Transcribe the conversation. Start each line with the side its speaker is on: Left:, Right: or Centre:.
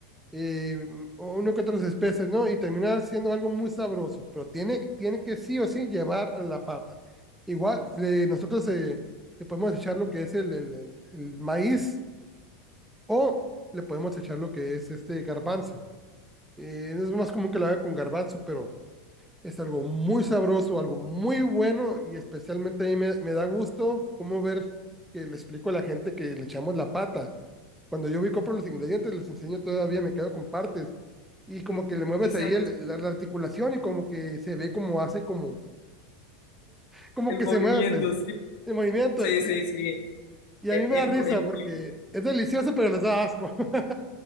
Centre: eh, o uno que otras especies, ¿no? Y termina siendo algo muy sabroso, pero tiene, tiene que sí o sí llevar la pata. Igual, le- nosotros eh, le podemos echar lo que es el, el- el- el maíz o le podemos echar lo que es este garbanzo. Eh, es más común que lo haga con garbanzo, pero es algo muy sabroso, algo muy bueno y especialmente a mí me, me da gusto cómo ver que le explico a la gente que le echamos la pata. Cuando yo voy y compro los ingredientes, les enseño todavía, me quedo con partes. Y como
Left: Y,
Centre: que le mueves
Left: y sabes,
Centre: ahí el- la, la articulación y como que se ve como hace como, como
Left: el
Centre: que
Left: movimiento,
Centre: se mueve, pues,
Left: sí.
Centre: el movimiento.
Left: Sí,
Centre: Y,
Left: sí, sí.
Centre: y
Left: Es,
Centre: a mí me
Left: es
Centre: da risa
Left: mu- es muy,
Centre: porque es delicioso, pero les da asco. <laughs>